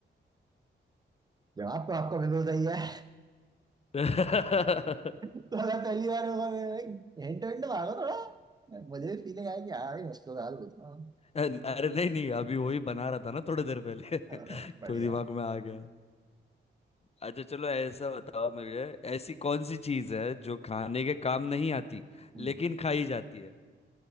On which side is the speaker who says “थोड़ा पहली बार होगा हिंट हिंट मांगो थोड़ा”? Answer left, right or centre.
Right